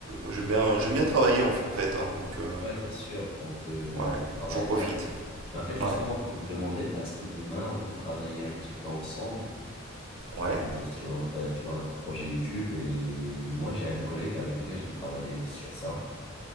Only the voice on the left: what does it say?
Ouais, c'est sûr. Donc, euh,
il y a du travail
à
faire. Mais en fait, justement,
pour te demander, parce que demain, on peut travailler un petit peu ensemble
euh, sur notre, tu vois, notre projet YouTube. Et moi, j'ai un collègue avec lequel je vais travailler sur ça.